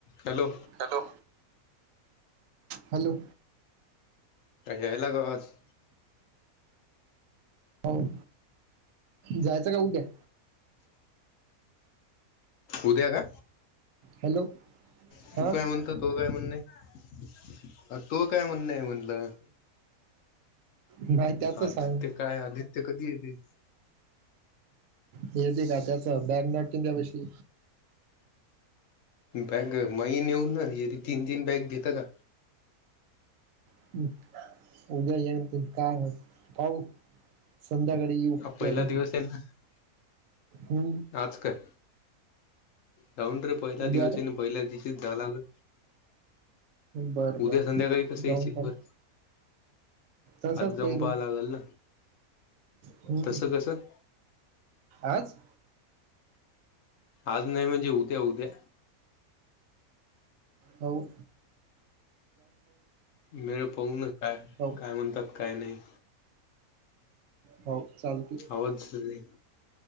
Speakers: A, on the left; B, on the right.
A: Hello
B: <inaudible> hello hello.
A: काय यायलाय आवाज?
B: होव जायचं का उद्या?
A: उद्या का?
B: हॅलो
A: बघू
B: हा
A: काय म्हण त तओ काय म्हणण य? तओ काय म्हणणय म्हटलं.
B: भाई त्याच
A: आदित्य
B: सांग.
A: काय आदित्य कधी येत
B: हेेत का त्याच बॅग नाटंच्यावयी
A: बॅग मही न येेऊन ना तीन तीन बॅग घेत का
B: हम् उद्या ये काय पाऊ संध्या
A: हा
B: त्या
A: पहिला
B: घडी
A: दिवस आहे ना
B: ह
A: आज काय डाऊन रे पहिला
B: उद्या
A: दिवस
B: रे
A: ना पहिला दिसच झालाग
B: बर
A: उद्या
B: बर
A: संध्याकाळी कसं
B: जाऊन
A: येशील
B: पाहू
A: बर
B: तसंच
A: आज जाऊन
B: पैदल
A: पहां लागल ना
B: हम्म
A: तस कसं
B: आज
A: आज नाही म्हणजे उद्या उद्या
B: होऊ
A: मेळ पाहू ना काय
B: हो
A: काय म्हणतात काय नाही
B: हो चालत
A: आवच सर